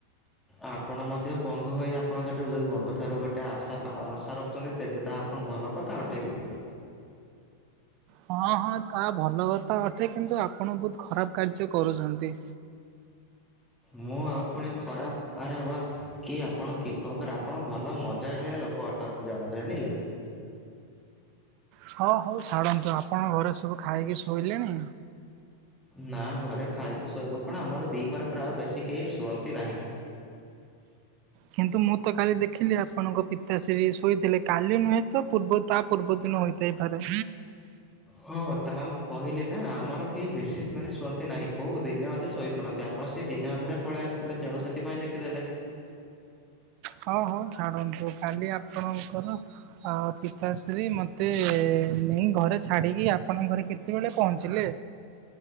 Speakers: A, in the centre; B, on the right.
A: ଆପଣ ମଧ୍ୟ ବନ୍ଧୁ ହୋଇ ଆପଣ ଯାଠାରୁ ଯଦି ବନ୍ଧୁ ଠାରୁ ଗୋଟେ ଆଶା ପା ଆଶା ର ଖିଛନ୍ତି ତେବେ ତାହା କଣ ଭଲ କଥା ଅଟେକି?
B: ହଁ ହଁ ତାହା ଭଲ କଥା ଅଟେ କିନ୍ତୁ ଆପଣ ବହୁତ ଖରାପ କାର୍ଯ୍ୟ କରୁଛନ୍ତି।
A: ମୁଁ ଆଉ ଫୁଣି ଖରାପ, ଆରେ ବାଃ। କି ଆପଣ କି ପ୍ରକାର ଆପଣ ଭଲ ମଜାଳିଆ ଲୋକ ଅଟନ୍ତି ଜଣେ ଜାଣିଲେ।
B: ହଁ ହଉ ଛାଡ଼ନ୍ତୁ, ଆପଣଙ୍କ ଘରେ ସବୁ ଖାଇକି ଶୋଇଲେଣି?
A: ନା ଘରେ ଖାଇକି ଶୋଇବ କଣ ଆମର ଦିପର ପ୍ରାୟ ବେଶୀ କେହି ଶୁଅନ୍ତି ନାହିଁ।
B: କିନ୍ତୁ ମୁଁ ତ କାଲି ଦେଖିଲି ଆପଣଙ୍କ ପିତାଶ୍ରୀ ଶୋଇଥିଲେ, କାଲି ନୁହେଁ ତ ପୂର୍ବ ତା ପୂର୍ବ ଦିନୁ ହୋଇଥାଇ ପାରେ।
A: ହଁ ତାହା ମୁଁ କହିଲି ନା ଆମର କେହି ବେଶୀ ମାନେ ଶୁଅନ୍ତି ନାହିଁ କୋଉ ଦିନେ ଅଧେ ଶୋଇପଡ଼ ନ୍ତି ଆପଣ ସେ ଦିନେ ଅଧେରେ ପଳେଇ ଆସିଥିଲେ ତେଣୁ ସେଥିପାଇଁ ଦେଖିଦେଲେ।
B: ହଁ ହଉ ଛାଡ଼ନ୍ତୁ କାଲି ଆପଣଙ୍କର ଆଉ ପିତାଶ୍ରୀ ମୋତେ ନେଇ ଘରେ ଛାଡ଼ିକି ଆପଣଙ୍କ ଘରେ କେତେବେଳେ ପହଞ୍ଚିଲେ?